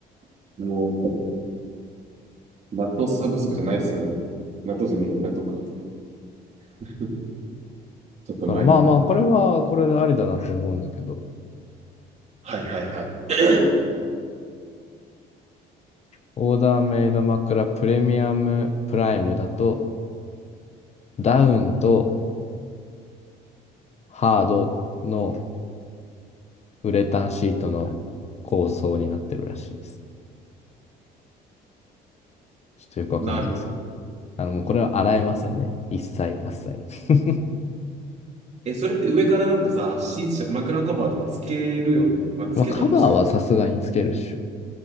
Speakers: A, on the right; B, on the left.
A: もう、納豆サブスクじゃないですよね。納豆じゃねえ、納豆か。<laughs> ちょっと前の。
B: だからまあまあ、これはこれでありだなと思うんだけど、
A: はいはいはい。<clears throat>
B: オーダーメイド枕プレミアムプライムだと、ダウンとハードのウレタンシートの構想になってるらしいです。ちょっとよくわかんないですけど。
A: なるほど。
B: あの、もうこれは洗えませんね。一切喝采。<laughs>
A: え、それって上からなんかさ、シーツ、枕カバーとかつけるよね。まあ、つけたとして、
B: まあ、カバーはさすがにつけるっしょ。